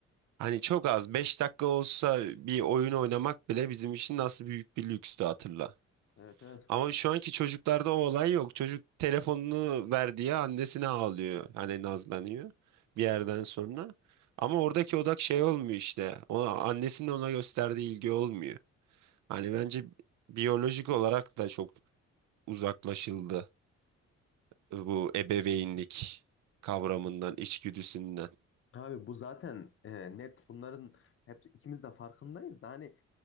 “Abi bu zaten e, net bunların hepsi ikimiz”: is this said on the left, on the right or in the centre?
Left